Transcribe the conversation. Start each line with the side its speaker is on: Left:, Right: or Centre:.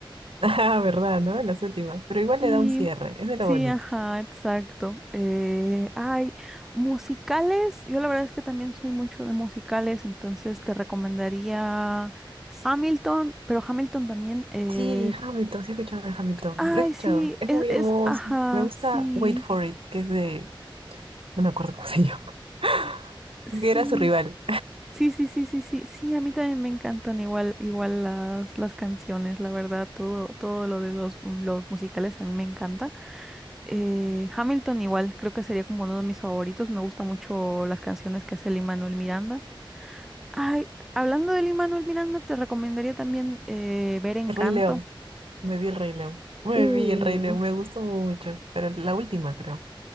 Right: Ah, verdad, ¿no? Las últimas. Pero igual
Centre: Sí,
Right: le da un cierre. Eso es
Centre: sí,
Right: lo bonito.
Centre: ajá, exacto. Eh, ay, musicales, yo la verdad es que también soy mucho de musicales, entonces te recomendaría Hamilton, pero Hamilton también, eh,
Right: Sí, Hamilton, sí he escuchado de Hamilton.
Centre: ay,
Right: Lo he escuchado.
Centre: sí,
Right: Es
Centre: es,
Right: muy
Centre: es,
Right: hermoso.
Centre: ajá,
Right: Me gusta
Centre: sí,
Right: Wait for It, que es de... No me acuerdo cómo se llama. <laughs>
Centre: sí,
Right: Que era su rival.
Centre: sí, sí, sí, sí, sí, sí, a mí también me encantan igual, igual las, las canciones, la verdad, todo, todo lo de los, los musicales a mí me encanta. Eh, Hamilton igual, creo que sería como uno de mis favoritos. Me gustan mucho las canciones que hace Lin-Manuel Miranda. Ay, hablando de Lin-Manuel Miranda, te recomendaría también eh, ver Encanto.
Right: El Rey León. Me vi el Rey León. Me
Centre: Uh,
Right: vi el Rey León. Me gustó mucho. Pero la última, creo.